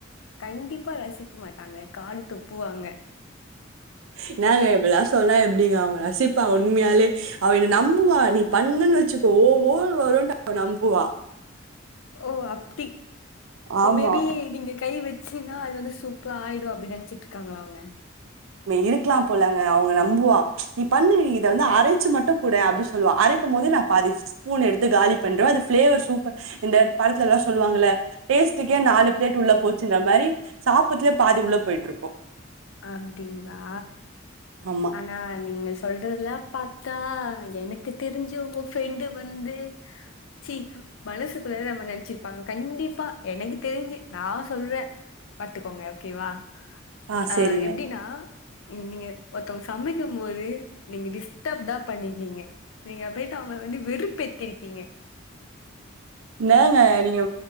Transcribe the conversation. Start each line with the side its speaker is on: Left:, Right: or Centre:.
Left: கண்டிப்பா ரசிக்க மாட்டாங்க காரி துப்புவாங்க
Right: என்னாங்க இப்பல்லா சொன்னா எப்டிங்க அவுங்க ரசிப்பாங்க உண்மையாலே அவ என்ன நம்புவா நீ பண்ணன் வச்சுக்கோ ஓ ஓ வருன்ட்டு நம்புவா
Left: ஓ அப்டி
Right: ஆமா.
Left: மேபி நீங்க கை வச் சின்னா அது வந்து சூப்பர ஆயிடு அப்டின் நெனச்சிட்டு இருக்காங்கள அவங்க
Right: இருக்கலா போலங்க அவங்க நம்புவா நீ பண்ண இத வந்து அரைச்சு மட்டு குட அப்டின் சொல்லுவா அர இருக்கும் போது நா பாதிச்சு ஸ்பூன் எடுத்து காலி பண்ற அது ஃபிளேவர் சூப்பர் இந்த படத்துல்லா சொல்லுவாங்கள டேஸ்டுக்கே நாலு பிளேட் உள்ள போச்சுன்ற மாரி சாப்பதுலயே பாதி உள்ள போயிட்டு இருக்கோ
Left: அப்டிங்ளா
Right: ஆமா
Left: ஆ நீங்க சொல்றதல்லா பாத்தா எனக்கு தெரிஞ்சு உங்க ஃப்ரெண்டு வந்து சீ மனசுக்குல நம்ம நெனச்சிருப்பாங்க கண்டிப்பா எனக்கு தெரிஞ்சு நா சொல்ற பாத்துக்கோங்க ஓகேவா
Right: ஆ
Left: அ
Right: சரிங்க.
Left: எப்டினா நீங்க ஒருத்தவங்க சமைக்கும் போது நீங்க டிஸ்டப் தா பண்ணிருக்கீங்க நீங்க போய்ட்டு அவங்கள வந்து வெறுப்பேத்திருக்கீங்க
Right: என்னங்க நீங்க